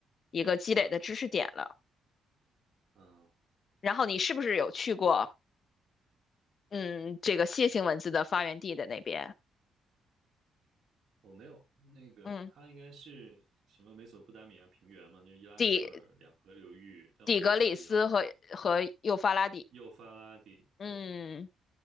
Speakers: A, on the left (about 40°); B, on the right (about 55°).
A: 一个积累的知识点了。
B: 嗯。
A: 然后你是不是有去过，嗯，这个楔形文字的发源地的那边？
B: 我没有，那个它应该是什么美索不达米亚平原嘛，
A: 嗯，
B: 那是伊拉克两河流域，
A: 底
B: 但我没去过伊拉克。
A: 底格里斯和和幼发拉底，
B: 幼发拉底，对
A: 嗯，